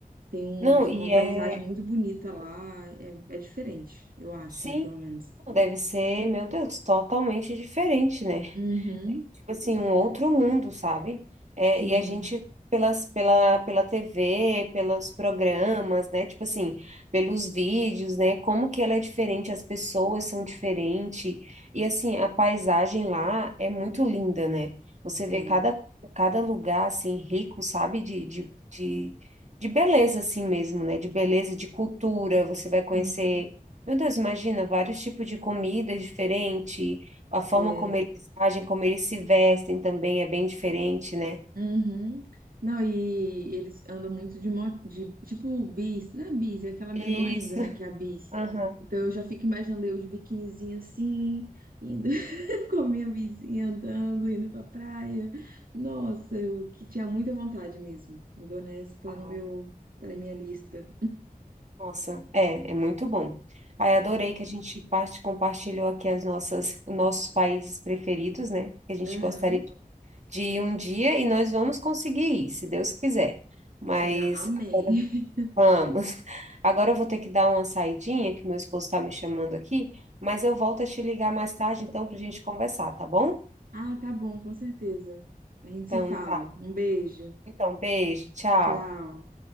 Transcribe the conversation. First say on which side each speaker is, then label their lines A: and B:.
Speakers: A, on the right; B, on the right.
A: Tem uns,
B: Não,
A: é
B: e
A: uma
B: é,
A: paisagem muito bonita lá. É, é diferente, eu acho,
B: sim,
A: né? Pelo menos.
B: deve ser, meu Deus, totalmente diferente, né?
A: Uhum,
B: tipo assim, um outro mundo, sabe? É,
A: sim,
B: e a gente, pelas, pela, pela TV, pelos programas, né? Tipo assim, pelos vídeos, né? Como que ela é diferente, as pessoas são diferentes. E assim, a paisagem lá é muito linda, né? Você vê
A: é.
B: cada, cada lugar, assim, rico, sabe? De, de, de, de beleza, assim mesmo, né? De beleza, de cultura. Você vai conhecer...
A: Uhum,
B: Meu Deus, imagina, vários tipos de comida diferentes a forma
A: é.
B: como eles agem, como eles se vestem também é bem diferente, né?
A: Uhum. Não, e eles andam muito de moto, de, tipo bis, não é bis, é aquela menor
B: Isso.
A: ainda, né, que é a bis.
B: Aham.
A: Então eu já fico imaginando eu de biquinizinha assim, indo <laughs> com a minha bisinha andando, indo pra praia. Nossa, eu que tinha muita vontade mesmo. Indonésia tá
B: Ai,
A: no meu, tá na minha lista.
B: nossa, é, é muito bom. Ai,
A: É.
B: adorei que a gente parte, compartilhou aqui as nossas, nossos países preferidos, né? Que a gente
A: Aham.
B: gostaria de ir um dia e nós vamos conseguir ir, se Deus quiser. Mas
A: Sina, amém.
B: agora
A: <laughs>
B: vamos. <laughs> Agora eu vou ter que dar uma saidinha, que meu esposo está me chamando aqui, mas eu volto a te ligar mais tarde, então, para a gente conversar, tá bom?
A: Ah, tá bom, com certeza. A gente
B: Então,
A: se fala.
B: tá.
A: Um beijo.
B: Então, beijo, tchau.
A: Tchau.